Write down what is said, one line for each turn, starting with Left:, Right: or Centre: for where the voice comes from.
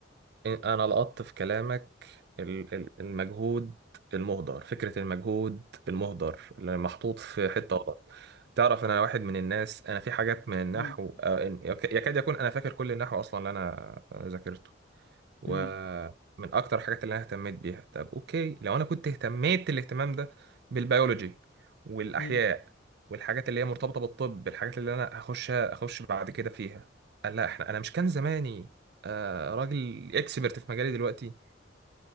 Right: انا لقطت في كلامك ال- ال- المجهود المهدر فكرة المجهود المهدر اللي محطوط في حتة غلط تعرف انا واحد من الناس انا في حاجات من النحو
Left: مم.
Right: آه، إن- يك- يكاد يكون انا فاكر كل النحو اصلا اللي انا ذاكرته ومن
Left: امم
Right: اكتر الحاجات اللي انا اهتميت بيها طب اوكي لو انا كنت اهتميت الاهتمام ده بالبيولوجي والاحياء
Left: امم
Right: والحاجات اللي هي مرتبطه بالطب الحاجات اللي انا هخش اخش بعد كده فيها قال لا احنا انا مش كان زماني آه راجل اكسبرت في مجالي دلوقتي